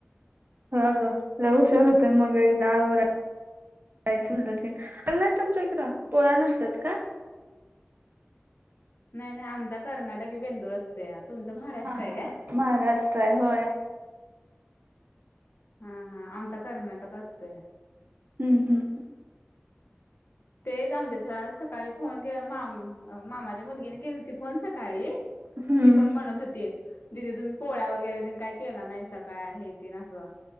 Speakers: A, on the right (about 50°); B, on the left (about 60°).
A: हा ग लय उशीर होतोय मग एकदा आवराय. कायच <unintelligible> की अन् नय तुमच्या इकडे पोळ्या नसतात काय?
B: नाय नाय आमचा कर्नाटकी बेंदूर असतोया. तुमचा महाराष्ट्र
A: हा हा
B: हाय काय?
A: हा महाराष्ट्र हाय होय.
B: हा हा आमचा कर्नाटक असतोय.
A: हम्म हम्.
B: तेच आमच्या घरात सकाळी फोन केल माम अ- मामाच्या मुलगीने केलंती फोन सकाळी.
A: हम्म
B: ही पण म्हणत होती. दीदी तुम्ही पोळ्या वगैरे तेन काय केला नाईसा काय हे तेन असं.